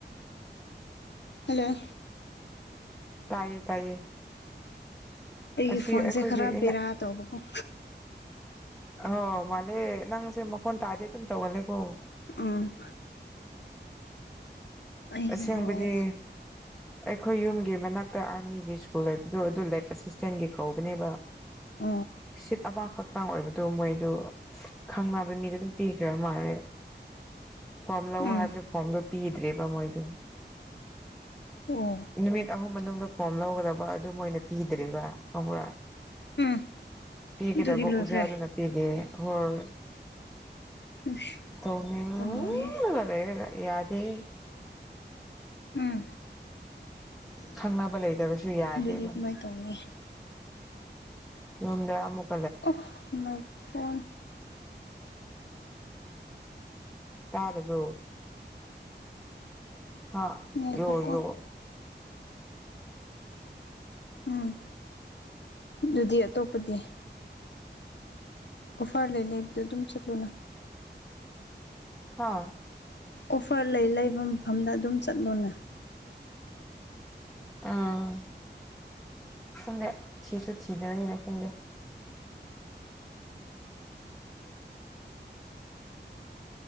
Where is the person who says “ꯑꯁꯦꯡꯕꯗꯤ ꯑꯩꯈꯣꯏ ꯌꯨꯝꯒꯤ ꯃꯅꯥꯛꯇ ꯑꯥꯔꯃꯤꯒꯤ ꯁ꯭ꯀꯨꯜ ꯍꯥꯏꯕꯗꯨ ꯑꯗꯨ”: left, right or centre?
Centre